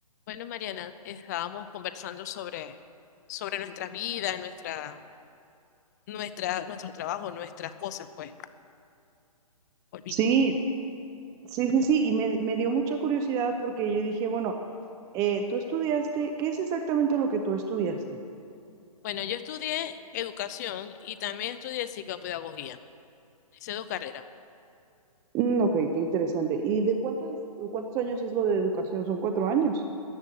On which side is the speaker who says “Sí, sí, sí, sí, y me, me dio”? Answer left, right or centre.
Right